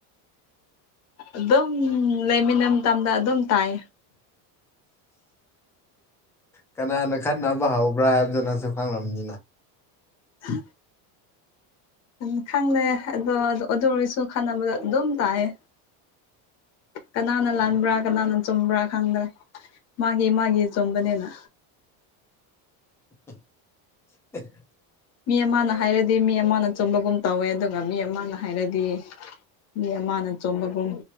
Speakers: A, on the left; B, in the centre.
A: ꯑꯗꯨꯝ ꯂꯩꯃꯤꯟꯅ ꯃꯇꯝꯗ ꯑꯗꯨꯝ ꯇꯥꯏ
B: ꯀꯅꯥꯅ ꯈꯠꯅꯕ ꯍꯧꯕ꯭ꯔꯥ ꯍꯥꯏꯕꯗꯨꯅꯁꯨ ꯈꯪꯉꯕꯅꯤꯅ
A: ꯍ ꯑꯗꯨ ꯈꯪꯂꯦ ꯑꯗꯣ ꯑꯗꯨ ꯑꯣꯏꯔꯁꯨ ꯈꯟꯅꯅꯕꯗꯣ ꯑꯗꯨꯝ ꯇꯥꯛꯑꯦ ꯀꯅꯥꯅ ꯂꯥꯟꯕ꯭ꯔꯥ ꯀꯅꯥꯅ ꯆꯨꯝꯕ꯭ꯔꯥ ꯈꯪꯗ꯭ꯔꯦ ꯃꯥꯒꯤꯦ ꯃꯥꯒꯤꯦ ꯆꯣꯝꯕꯅꯦꯅ
B: <unintelligible>
A: ꯃꯤ ꯑꯃꯅ ꯍꯥꯏꯔꯗꯤ ꯃꯤ ꯑꯃꯅ ꯆꯨꯝꯕꯒꯨꯝ ꯇꯧꯋꯦ ꯑꯗꯨꯒ ꯃꯤ ꯑꯃꯅ ꯍꯥꯏꯔꯗꯤ ꯃꯤ ꯑꯃꯅ ꯆꯣꯝꯕꯒꯨꯝ